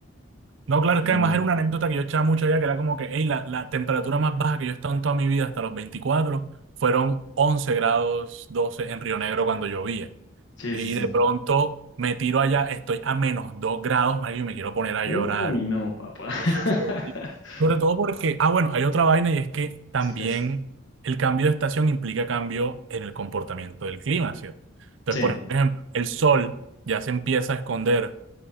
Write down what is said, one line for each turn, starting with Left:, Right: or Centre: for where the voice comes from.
Right: No, claro,
Left: También.
Right: es que además era una anécdota que yo echaba mucho allá, que era como que, hey, la, la temperatura más baja que yo he estado en toda mi vida hasta los 24 fueron 11 grados 12 en Río Negro cuando llovía.
Left: Sí,
Right: Y
Left: sí, sí.
Right: de pronto me tiro allá, estoy a menos 2 grados, marido, y me quiero poner a
Left: Uy,
Right: llorar.
Left: no, papá. <laughs>
Right: Eso es todo. Sobre todo porque, ah, bueno, hay otra vaina y es que también
Left: Chicas.
Right: el cambio de estación implica cambio en el comportamiento del clima, ¿cierto? Entonces,
Left: Sí,
Right: por ejemplo, el sol ya se empieza a esconder,